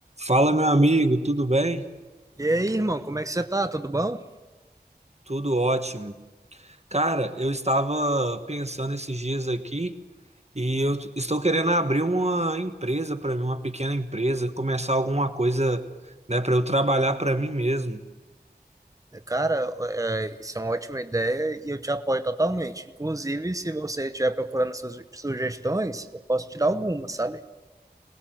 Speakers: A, on the right; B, on the right.
A: Fala, meu amigo, tudo bem?
B: E aí, irmão, como é que você tá? Tudo bom?
A: Tudo ótimo. Cara, eu estava pensando esses dias aqui e eu t- estou querendo abrir uma empresa para mim, uma pequena empresa, começar alguma coisa, né, para eu trabalhar para mim mesmo.
B: É, Cara, é, isso é uma ótima ideia e eu te apoio totalmente. Inclusive, se você estiver procurando suas sugestões, eu posso te dar algumas, sabe?